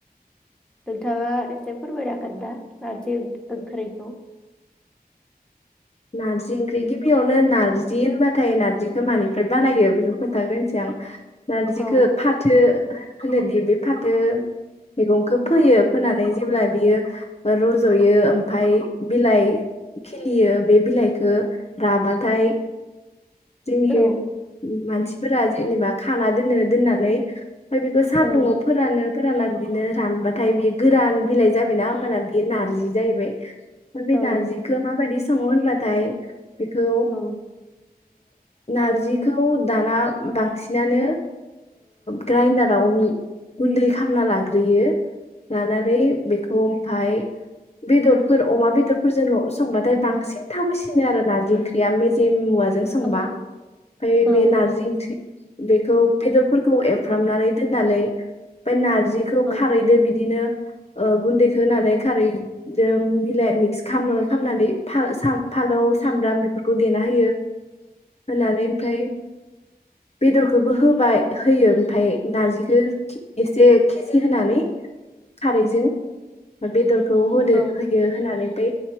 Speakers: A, in the centre; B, on the left (about 40°).
A: नोंथाङा एसे फोरमायनो हागोन ना नारजि ओंख्रिखौ
B: नारजि ओंख्रि गिबियावनो नारजि होनबाथाय नारजिखौ मानिफ्राय बानायो बेखौ खोन्थाग्रोनोसै आं नारजिखौ
A: औ
B: फाथो होनोदि बे फाथो मैगंखौ फोयो फोनानै जेब्ला बियो रजयो आमफ्राय बिलाइ खिलियो बे बिलाइखौ राबाथाय जोंनि
A: औ
B: मानसिफोरा जेनेबा खाना दोनो दोननानै आमफ्राय बेखौ सान्दुंआव
A: औ
B: फोरानो फोराना बि बिदिनो रानबाथाय बे गोरान बिलाइ जाबायना होमबाना बियो नारजि जाहैबाय बे
A: औ
B: नारजिखौ माबायदि स संङो होनबाथाय बेखौ
A: औ
B: नारजिखौ दाना बांसिनानो ग्राइन्दाराव
A: औ
B: गुन्दै खालामना लाग्रो बेयो लानानै बेखौ आमफ्राय बेदरफोर अमा बेदरफोरजों संबाथाय बांसिन थावसिनो आरो नारजि ओंख्रिया मेजेम मुवा संबा
A: औ
B: आमफ्राय
A: औ
B: बे नारजि ओं बेखौ बि <inaudible> <unintelligible> फोरखौ एवफ्रामनानै दोननानै आमफ्राय नारजिखौ
A: औ
B: खारदै बिदिनो गुन्दैखौ होनानै खारैजों मिलाय मिक्स खालामो खालामनानै फानलौ सामब्राम बेफोरखौ देना होयो होनानै आमफ्राय बेदरखौबो होबाय होयो आमफ्राय नारजिखौ एसे केजि होनानै खारैजों बेदरखौ होदो
A: औ
B: होयो होनानै आमफ्राय